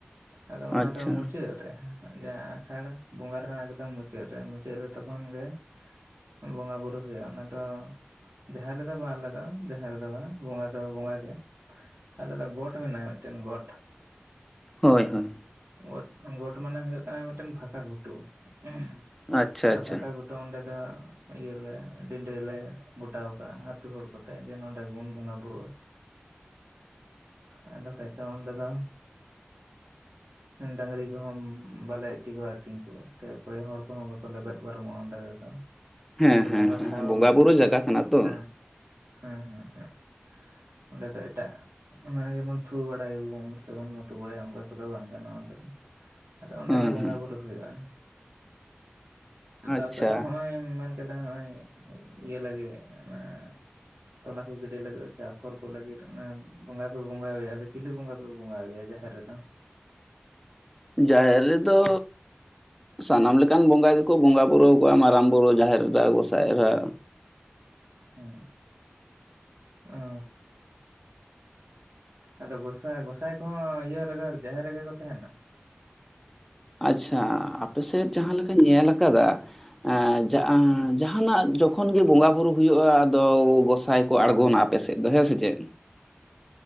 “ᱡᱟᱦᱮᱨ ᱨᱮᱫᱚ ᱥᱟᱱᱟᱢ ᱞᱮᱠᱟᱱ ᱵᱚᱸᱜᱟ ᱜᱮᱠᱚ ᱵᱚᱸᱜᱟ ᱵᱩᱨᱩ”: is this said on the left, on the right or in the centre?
Centre